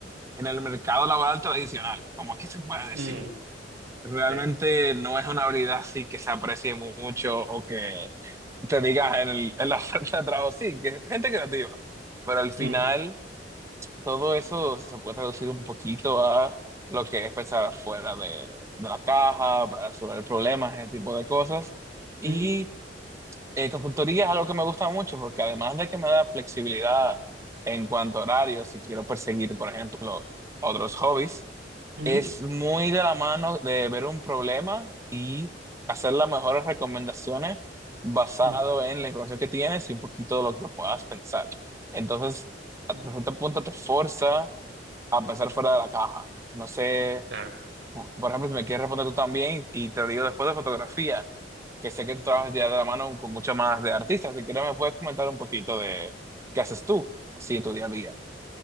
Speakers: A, on the right (about 15°); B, on the right (about 70°).
A: en el mercado laboral tradicional, como aquí se puede
B: mm,
A: decir. Realmente
B: sí.
A: no es una habilidad así que se aprecie mu- mucho o que te diga en, el- en la <laughs> fuerza de trabajo. Sí, que gente creativa. Pero al final,
B: Mm,
A: todo eso se puede reducir un poquito a lo que es pensar fuera de, de la caja, para resolver problemas, ese tipo de cosas. Y
B: mm,
A: eh, consultoría es algo que me gusta mucho porque además de que me da flexibilidad en cuanto a horarios, si quiero perseguir, por ejemplo, otros hobbies
B: ujú,
A: es muy de la mano de ver un problema y hacer las mejores recomendaciones basado
B: mm,
A: en la información que tienes y un poquito de lo que puedas pensar. Entonces, hasta
B: mm,
A: cierto punto te forza a pensar fuera de la caja. No sé,
B: Claro.
A: por por ejemplo, si me quieres responder tú también y te digo después de fotografía, que sé que tú trabajas ya de la mano con muchas más de artistas, si quieres me puedes comentar un poquito de qué haces tú así en tu día a día.